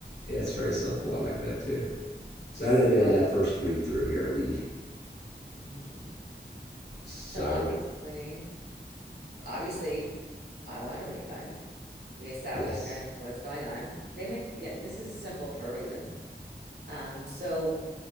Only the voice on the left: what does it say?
Yeah, it's very simple. I like that too. So
how did I do on that first read through here? We
so
yes.